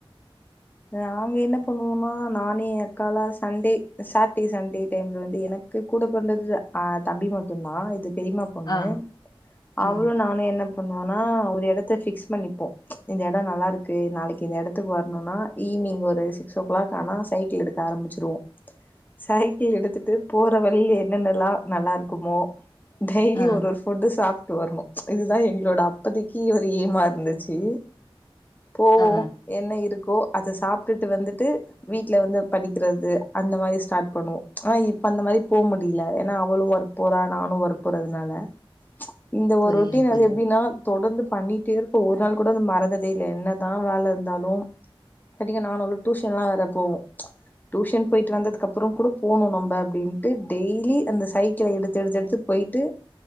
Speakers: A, on the left; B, on the left.
A: நாங்க என்ன பண்ணுவோனா நானு எ அக்காலா சண்டே சட்டடே சண்டே டைம்ல வந்து எனக் கு கூட பிறந்தது அ தம்பி மட்டு தா இது பெரிமா பொண்ணு
B: ஆ ஆ
A: அவளு நானு என்ன பண்ணுவோனா ஒரு எடத்த ஃபிக்ஸ் பண்ணிப்போ இந்த எடோ நல்லாருக்கு நாளைக்கு இந்த இடத்துக்கு வரணுன்னா ஈவ்னிங் ஒரு சிக்ஸ் ஓ க்ளாக் ஆனா சைக்கிள் எடுக்க ஆரம்பிச்சிடுவோ சைக்கிள் எடுத்துட்டு போற வழில என்னென்னல்லா நல்லா இருக்குமோ டெய்லி
B: ஆ
A: ஒரு ஃபுட்டு் சாப்ட்டு வருவோ இதுதா எங்களோட அப்பதிக்கு ஒரு ஏமா இருந்துச்சு போவோ
B: ஆ
A: என்ன இருக்கோ அத சாப்ட்டுட்டு வந்துட்டு வீட்ல வந்து படிக்கிறது அந்த மாதி ஸ்டாட் பண்ணுவோ ஆனா இப்ப அந்த மாரி போ முடில ஏனா அவளு ஒர்க் போறா நானு ஒர்க் போறதுனால இந்த ஒரு
B: புரியுது
A: ரொட்டின்
B: புரியுது
A: அது எப்டின்னா தொடந்து பண்ணிட்டே இருப்போ ஒரு நாள் கூட அத மறந்ததே இல்ல என்னதா வேல இருந்தாலு எப்டியு நானு அவளு டியூஷன்ல்லா வேற போவோ டியூஷன் போய்ட்டு வந்ததுக்கப்றோ கூட போணு நம்ப அப்டின்ட்டு டெய்லி அந்த சைக்கிள எடுத்து எடுத்து எடுத்து போய்ட்டு